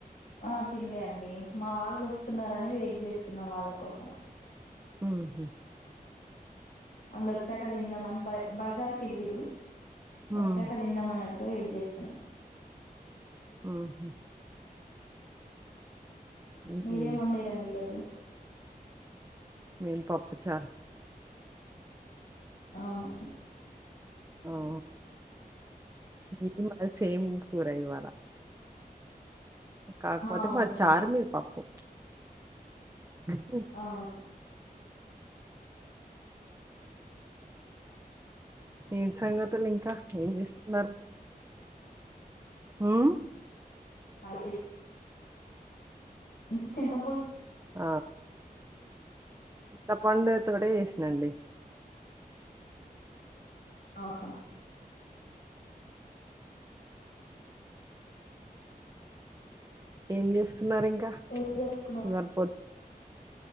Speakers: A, on the left; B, on the right.
A: ఆ తినలే అండి మా వాళ్ళు వస్తున్నారని వెయిట్ చేస్తున్నాం వాళ్ళ కోసం
B: ఉహుమ్
A: అల్లు వచ్చాక తిందామని బా బజార్ కెళ్లూరు
B: హ్మ్.
A: వచ్చాక తిందమ్మన్నట్టు ఇకా వెయిట్ చేస్తున్నా
B: ఉహుమ్ హ్మ్.
A: మీరేం ఒందిరండి ఈరోజు
B: మేం పప్పుచారు
A: అవునా
B: ఆ ఓ మ మ సేమ్ కూర ఇవాళ కాకపోతే
A: ఆ అవునండి
B: మా చారు మీద పప్పు హు హుమ్
A: అవును
B: ఏ సంగతులు ఇంకా ఏం చేస్తున్నారు ఉమ్
A: అ మంచ్ ఇంథా
B: ఆ చిత్తపండు తోటె చేసినండి
A: అవునా
B: ఏం చేస్ స్తున్నారు ఇంకా
A: ఎలా జరుపుకున్నారు?
B: చింగారిపోద్